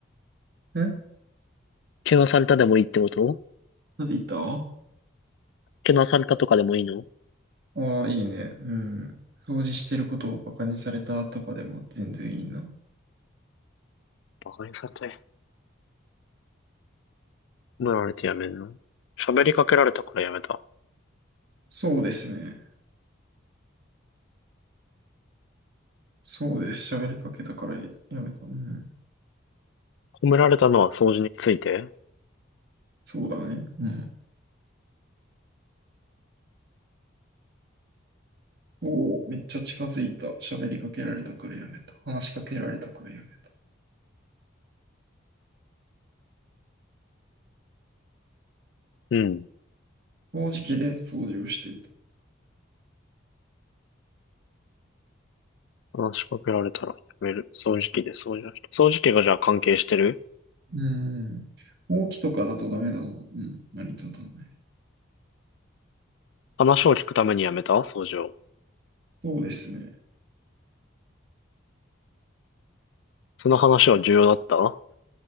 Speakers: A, on the right; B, on the left.
A: ん
B: けなされたでもいいってこと
A: なんで言ったあ
B: けなされたとかでもいいの
A: あー、いいね。うん。掃除してることをバカにされたとかでも全然いいな。
B: バカにされた褒められてやめんの喋りかけられたからやめた。
A: そうですね。そうです。喋りかけたからやめた。うん。
B: 褒められたのは掃除について
A: そうだね。うん。おお、めっちゃ近づいた。喋りかけられたからやめた。話しかけられたからやめた。
B: うん。
A: 掃除機で掃除をしていた。
B: 話しかけられたらやめる。掃除機で掃除をした。掃除機がじゃあ関係してる
A: うーん。ほうきとかだとダメだぞ。うん。何とだね。
B: 話を聞くためにやめた掃除を。
A: そうですね。
B: その話は重要だった